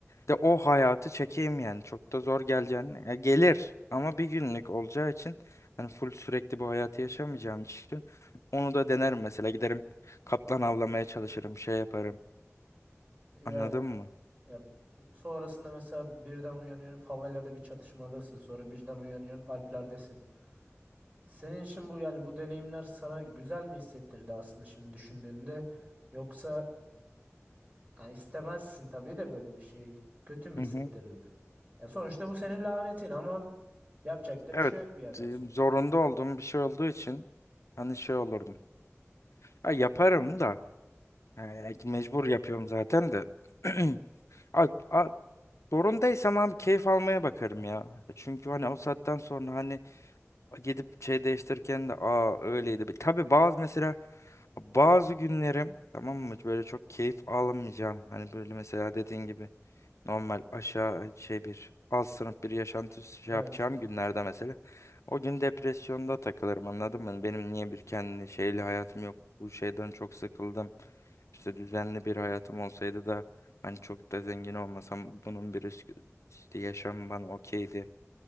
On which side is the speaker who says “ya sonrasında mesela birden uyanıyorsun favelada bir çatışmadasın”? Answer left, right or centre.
Right